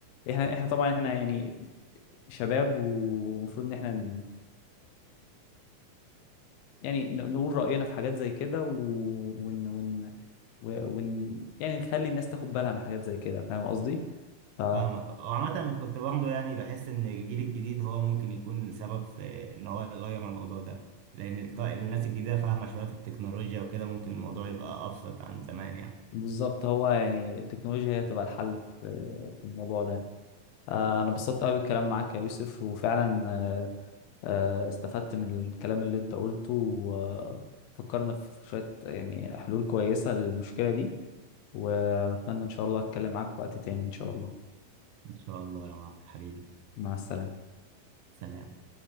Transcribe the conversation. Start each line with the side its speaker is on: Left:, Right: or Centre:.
Left: احنا احنا طبعا احنا يعني شباب ومفروض ان احنا يعني ن- نقول رأينا في حاجات زي كده و... ون... ون... و- ون... يعني نخلي الناس تاخد بالها من حاجات زي كده فاهم قصدي؟ ف
Right: فاهمك وعامة كنت برضه يعني بحس إن الجيل الجديد هو ممكن يكون سبب في إن هو يغير الموضوع ده لأن الط- الناس الجديدة فاهمة شوية في التكنولوجيا وكده ممكن الموضوع يبقى أبسط عن زمان يعني
Left: بالظبط هو يعني التكنولوجيا هي تبقى الحل في في الموضوع ده آه، انا انبسطت قوي بالكلام معاك يا يوسف وفعلا آه، آه، استفدت من الكلام اللي انت قلته وفكرنا في شوية يعني حلول كويسة للمشكلة دي واتمنى ان شاء الله اتكلم معاك في وقت تاني ان شاء الله
Right: إن شاء الله يا مارك حبيبي
Left: مع السلامة
Right: سلام